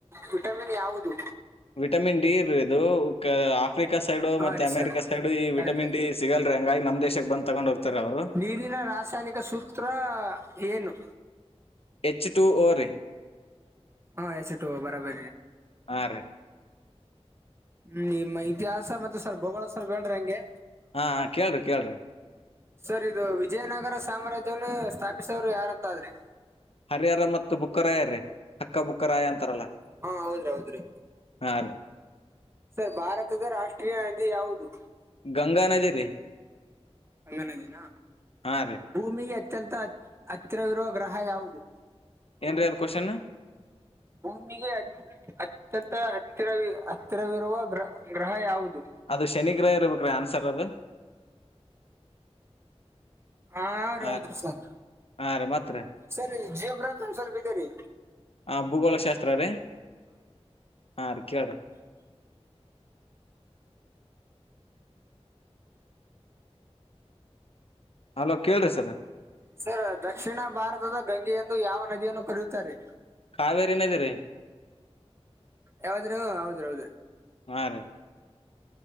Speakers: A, on the right; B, on the left.
A: ವಿಟಮಿನ್ ಯಾವುದು
B: ವಿಟಮಿನ್ ಡಿ ಇರುದು ಆಫ್ರಿಕಾ ಸೈಡು
A: ಹಾ
B: ಮತ್ತ
A: ರೀ
B: ಅಮೆರಿಕಾ
A: ಸರ್
B: ಸೈಡು ಈ
A: ಕರೆಕ್ಟ್
B: ವಿಟಮಿನ್ ಡಿ ಸಿಗಲ್ರಿ ಹಂಗ ನಮ್ಮ ದೇಶಕ್ಕೆ ಬಂದು ತಗೊಂಡ್ ಹೋಗ್ತಾರ ಅವರು
A: ದೀನಿನ ರ ರಾಸಾಯನಿಕಸೂತ್ರ ಏನು
B: ಎಚ್ ಟು ಓ ರ
A: ಹಾ ಎ ಸಟು ಬರಬರ
B: ಹಾ ರೀ
A: ಹ್ಮ ನಿಮ್ಮ ಇತಿಹಾಸ ಮತ್ತೆ ಸರ್ ಭೋಳ ಸವರ್ ಬೇರಿ ಹಂಗೆ
B: ಹಾ ಕೇಳ್ರಿ ಕೇಳ್ರಿ
A: ಸರ್ ಇದು ವಿಜಯನಗರ ಸಾಮ್ರಾಜ್ಯವನ್ನು ಸ್ಥಾಪಿಸೋರು ಯಾರಂತಾದ್ರೆ
B: ಹರಿಹರ ಮತ್ತು ಬುಕ್ಕರಾಯ ರೀ ಅಕ್ಕ ಬುಕ್ಕರಾಯ ಅಂತಾರಲ್ಲ
A: ಹಾ ಹೌದ್ರಿ ಹೌದ್ರಿ
B: ಹಾ ರ
A: ಸರ್ ಭಾರತದ ರಾಷ್ಟ್ರೀಯ ನದಿ ಯಾವುದು
B: ಗಂಗಾ ನದಿ ರೀ
A: ಅಂಗನಜಿನ
B: ಹಾ ರೀ
A: ಭೂಮಿಗೆ ಅತ್ಯಂತ ಹತ್ತಿರವಿರುವ ಗ್ರಹ ಯಾವುದು
B: ಏನರೀ ಅದು ಕ್ವೆಶ್ಚನ್
A: ಭೂಮಿಗೆ ಅತ್ಯಂತ ಹತ್ತಿರವಿ ಹತ್ತಿರವಿರುವ ಗ್ರ ಗ್ರಹ ಯಾವುದು
B: ಅದು ಶನಿಗ್ರಹ ಇರ್ಬೇಕುರೀ ಆನ್ಸರ್ ಅದು
A: ಹಾರ
B: ಹಾ
A: ಹೌದ್ರರಿ
B: ರೀ
A: ಸರ್
B: ಹಾ ರೀ ಮತ್ರಿ
A: ಸರಿ ಜಿಯೋ ಪ್ರಾಬ್ಲಮ್ ಸ್ವಲ್ಪ ಇದೇರಿ
B: ಹಾ ಭೂಗೋಳ ಶಾಸ್ತ್ರ ರೀ ಹಾಂ ರೀ ಕೇಳಿರಿ ಅಲೋ ಕೇಳ್ರಿ ಸರ್
A: ಸರ್ ದಕ್ಷಿಣ ಭಾರತದ ಗಂಗೆಯ ಎಂದು ಯಾವ ನದಿಯನ್ನು ಕರೆಯುತ್ತಾರೆ
B: ಕಾವೇರಿ ನದ ರೀ
A: ಯಾವ್ದ್ರು ಹೌದ್ ಹೌದ್ರರು
B: ಹಾ ರೀ